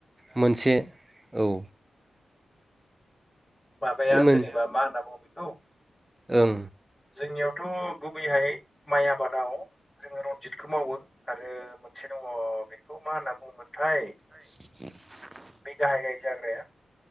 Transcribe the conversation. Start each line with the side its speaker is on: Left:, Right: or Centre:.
Right: मोनसे औ
Left: माबाया
Right: माने मोन
Left: जेनेबा मा होनना बुङो बेखौ
Right: ओं
Left: जोंनियावथ' गुबैहाय माइ आबादाव जोङो रनजितखौ मावो आरो मोनसे दङ बेखौ मा होनना बुङोमोनथाय
Right: <inaudible>
Left: बे गाहाय गाहाय जाग्राया